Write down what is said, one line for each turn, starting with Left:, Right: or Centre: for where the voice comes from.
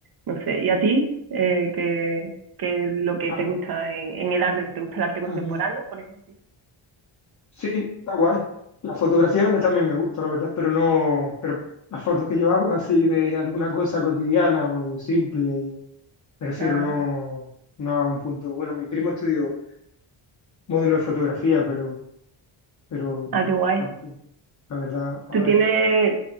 Right: no sé, ¿y a ti? Eh, ¿qué, qué es lo que
Left: A,
Right: te gusta en, en el arte? ¿Te gusta el arte contemporáneo,
Left: a mí.
Right: por ejemplo?
Left: Sí, está guay. La fotografía me- también me gusta, la verdad, pero no, pero las fotos que yo hago así de alguna cosa cotidiana o simple, prefiero
Right: Ah,
Left: no, no a un punto. Bueno, mi primo estudió módulo de fotografía, pero, pero
Right: ah, qué guay
Left: tampoco, la verdad, a
Right: ¿Tú
Left: ver.
Right: tienes,